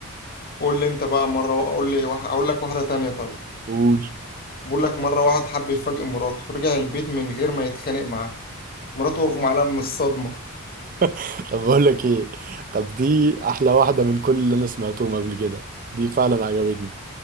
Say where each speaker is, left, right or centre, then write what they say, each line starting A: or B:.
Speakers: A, on the left; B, on the right.
A: قول لي انت بقى مره اقول لي واحد اقول لك واحده تانية طيب
B: قول
A: بقول لك مره واحد حب يفاجئ مراته رجع البيت من غير ما يتخانق معاها مراته اغمى عليها من الصدمه
B: <laughs> طب بقول لك ايه طب دي احلى واحده من كل اللي انا سمعتهم قبل كده دي فعلا عجبتني